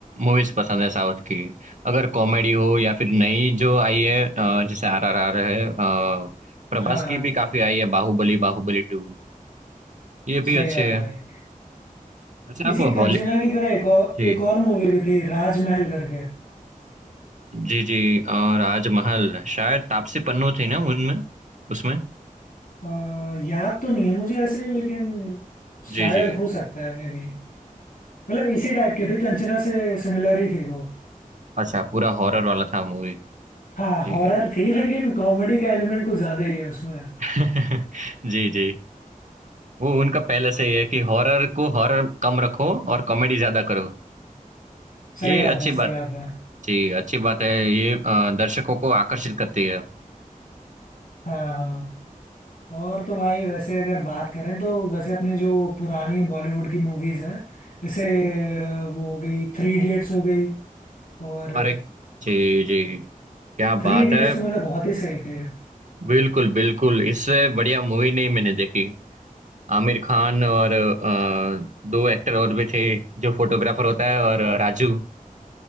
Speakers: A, on the right (about 60°); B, on the left (about 70°).
A: मूवीज पसंद है साउथ की अगर कॉमेडी हो या फिर नई जो आई है अ, जैसे आर आर आर है अ, प्रभास
B: हाँ
A: की भी काफी आई है बाहुबली बाहुबली टू ये
B: सही
A: भी अच्छे
B: बात है
A: हैं
B: भाई
A: अच्छा आप
B: इसी कंचना
A: हॉली
B: की तरह एक और
A: जी
B: एक और मूवी भी थी राजमहल करके
A: जी जी और राजमहल शायद तापसी पन्नू थी ना उनमें उसमें
B: अ, याद तो नहीं है मुझे ऐसे लेकिन शायद
A: जी जी
B: हो सकता है मे बी मतलब इसी टाइप की थी कंचना से सिमिलर ही थी वो
A: अच्छा पूरा हॉरर वाला था मूवी
B: हाँ
A: जी
B: हॉरर थी लेकिन कॉमेडी का एलिमेंट कुछ ज्यादा ही है उसमें
A: <laughs> जी जी वो उनका पहले से ही है कि हॉरर को हॉरर कम रखो और कॉमेडी ज्यादा करो
B: सही
A: ये
B: बात
A: अच्छी
B: है सही
A: बात
B: बात
A: है
B: है
A: जी अच्छी बात है ये अ, दर्शकों को आकर्षित करती है
B: हाँ हाँ और तो भाई वैसे अगर बात करें तो वैसे अपनी जो पुरानी बॉलीवुड की मूवीज हैं जैसे अ, वो हो गई थ्री इडियट्स हो गई और
A: अरे जी जी क्या
B: थ्री
A: बात
B: इडियट्स
A: है
B: तो मतलब बहुत ही सही थे
A: बिल्कुल बिल्कुल इससे बढ़िया मूवी नहीं मैंने देखी आमिर खान और अ, दो एक्टर और भी थे जो फोटोग्राफर होता है और राजू